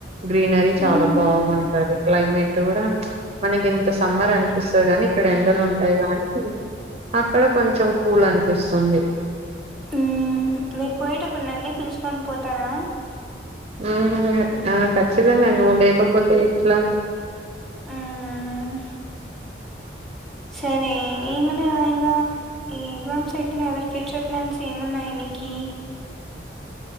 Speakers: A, on the right; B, in the centre.
A: గ్రీనరీ
B: మ్మ్
A: చాలా బాగుంటది క్లైమేట్ కూడా మనగింతస్ సమ్మర్ అనిపిస్తది గని ఇక్కడ ఎండలు ఉన్ అయ గంటిటి అక్కడ కొంచెం కూల్ అనిపిస్తుంది
B: మ్మ్ మీరు పోయేటప్పుడు నన్నీ పిలుచుకొని పోతారా
A: ఆ ఆ ఖచ్చితంగా నువ్వు లేకపోతే ఎట్లా
B: మ్మ్ సరే ఏమునా ఇంగా ఈ ఎగ్జామ్స్ అయిపోయినాయి ఎవ్వరి ఫ్యూచర్ ప్లాన్స్ ఏమున్నాయి నీకి